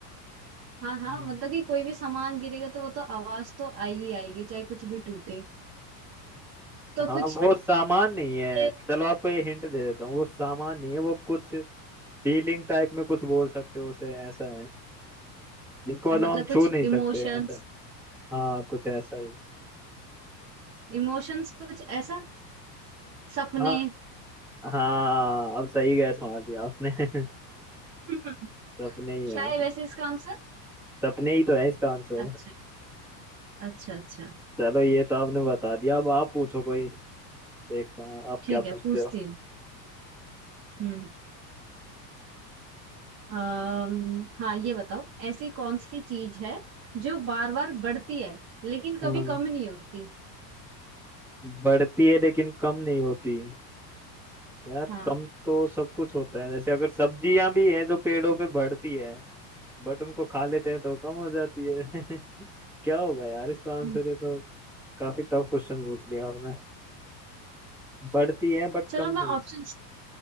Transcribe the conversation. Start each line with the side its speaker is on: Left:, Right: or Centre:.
Right: हाँ हाँ
Centre: हम्म,
Right: मतलब कि कोई भी सामान गिरेगा तो वो तो आवाज तो आई ही आएगी चाहे कुछ भी टूटे तो
Centre: हाँ
Right: कुछ
Centre: वो सामान नहीं है
Right: ये
Centre: चलो आपको ये हिंट दे देता हूँ वो सामान नहीं है वो कुछ फीलिंग टाइप में कुछ बोल सकते हो उसे ऐसा है जिसको
Right: अच्छा
Centre: मतलब
Right: मतलब
Centre: हम
Right: कुछ
Centre: छू नहीं
Right: इमोशंस
Centre: सकते ऐसा है हाँ कुछ ऐसा ही
Right: इमोशंस कुछ ऐसा सपने
Centre: हाँ हाँ अब सही गैस मार दिया आपने <laughs>
Right: <laughs>
Centre: सपने ही है
Right: क्या है वैसे इसका आंसर
Centre: सपने ही तो है इसका आंसर
Right: अच्छा अच्छा अच्छा
Centre: चलो ये तो आपने बता दिया अब आप पूछो कोई देखता हूँ आप
Right: ठीक
Centre: क्या
Right: है
Centre: पूछते
Right: पूछती
Centre: हो
Right: हूँ हम्म अम्म, हाँ ये बताओ ऐसी कौन सी चीज है जो बार बार बढ़ती है लेकिन
Centre: हाँ
Right: कभी कम नहीं होती
Centre: बढ़ती है लेकिन कम नहीं होती यार
Right: हाँ
Centre: कम तो सब कुछ होता है जैसे अगर सब्जियां भी हैं जो पेड़ों पे बढ़ती है बट उनको खा लेते हैं तो कम हो जाती है <laughs> क्या होगा यार इसका आंसर
Right: हम्म।
Centre: ये तो काफी टफ क्वेश्चन पूछ लिया आपने बढ़ती है बट
Right: चलो
Centre: कम नहीं
Right: मैं ऑप्शन